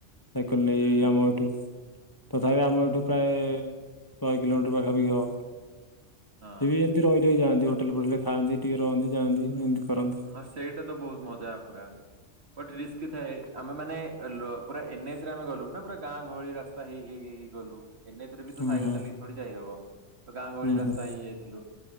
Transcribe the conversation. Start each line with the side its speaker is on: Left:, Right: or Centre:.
Left: ସାଇକେଲ
Right: ହୁଁ
Left: ନେଇ
Right: ହୁଁ
Left: ଆମଠୁ ତଥାପି ଆମ ଏଠୁ ପ୍ରାୟ ଶହେ କିଲୋମିଟର ପାଖାପାଖି ହବ।
Right: ହଁ
Left: ସିଏ ବି ଏମିତି ରହି ରହି ଯାଆନ୍ତି ହୋଟେଲ ଫୋଟେଲରେ ଖାଆନ୍ତି ଟିକେ ରହନ୍ତି ଯାଆନ୍ତି ଏମିତି କରନ୍ତି
Right: ହଁ ସେଇଟା ତ ବହୁତ ମଜା ପୁରା। ବଟ ଗୋଟେ ରିସ୍କ ଥାଏ ଆମେ ମାନେ ଏଲୋଓ ପୁରା ଏନ୍ଏଚେରେ ଆମେ ଗଲୁ ନା ପୁରା ଗାଁ ଗହଳି ରାସ୍ତା ହେଇ ହେଇ ଗଲୁ। ଏନେଏଚ୍ ରେ ବି
Left: ହୁଁ
Right: ସାଇକେଲ
Left: ହୁଁ
Right: ଚଲେଇକି ଥୋଡି ଯାଇ ହବ ତ ଗାଁ-ଗହଳି
Left: ହୁଁ
Right: ରାସ୍ତା
Left: ହୁଁ
Right: ହେଇଯାଇଥିଲୁ।